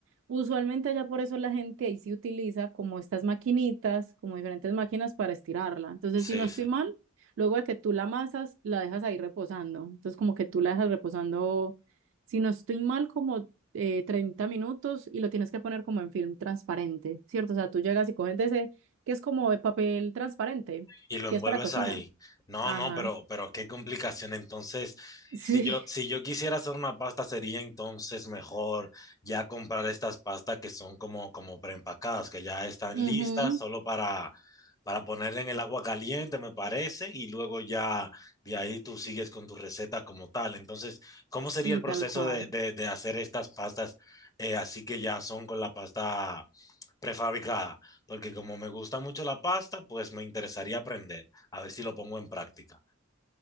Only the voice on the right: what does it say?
Usualmente allá por eso la gente ahí sí utiliza como estas maquinitas, como diferentes máquinas para estirarla. Entonces,
si no estoy
mal, luego de que tú la amasas, la dejas ahí reposando. Entonces, como que tú la dejas reposando, si no estoy mal, como eh, 30 minutos y lo tienes que poner como en film transparente, ¿cierto? O sea, tú llegas y coges de ese, que es como de papel transparente,
que
es para cocina.
Ajá.
<laughs> Sí,
Ujú,
Sí,
tal cual.